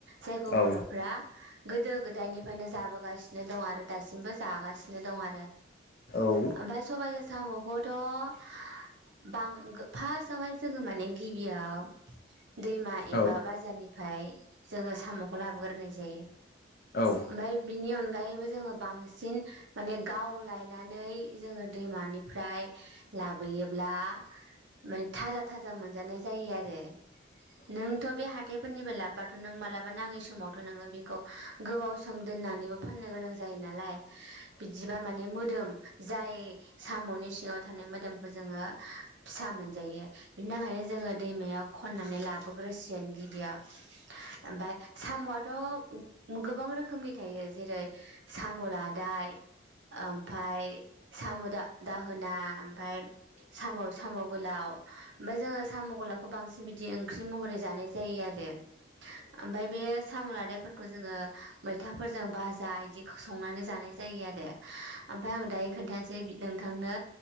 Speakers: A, on the right (about 75°); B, on the left (about 50°).
A: जायखौ
B: औ
A: बर'फ्रा गोदो गोदायनिफायनो जाबोगास सिनो दङ आरो दासिमबो जागासिनो दं आरो।
B: औ
A: ओमफाय सबायजों साम'खौथ' बां गो फासावहाय जोङो माने गिबियाव दैमा एबा
B: औ
A: बाजारनिफाय जोङो साम'खौ लाबोग्रोनाय जायो।
B: औ
A: माय बिनि अन गायैबो जोङो बांसिन माने गावलायनानै जोङो दैमानिफ्राय लाबोयोब्ला माने थाजा थाजा मोनजानाय जायो आरो। नोंथ' बे हाथ थायफोरनिफाय लाबोबाथ' नों मालाबा नाङै समावथ' नोङो बेखौ गोबाव सम दोननानैबो फाननो गोनां जायो नालाय बिदिबा माने मोदोम जाय साम'नि सिङाव थानाय मोदोमखौ जोङो फिसा मोनजायो। बिनि थाखायनो जोंङो दैमायाव खननानै लाबोग्रोसिगोन गिबियाव ओमफाय साम'आथ' गोबां रोखोमनि थायो जेरै साम' लादाय ओमफाय साम' दा-दाहोना ओमफाय साम' साम' गोलाव ओमफाय जोङो साम' गोलावखौ बांसिन बिदि ओंख्रि महरै जानाय जायो आरो ओमफाय बे साम' लादाय फोरखौ जोंङो मैथाफोर जों बाजा बिदि संनानै जानाय जायो आरो ओमफ्राय आं दायो खोन्थानोसै नोंथांनो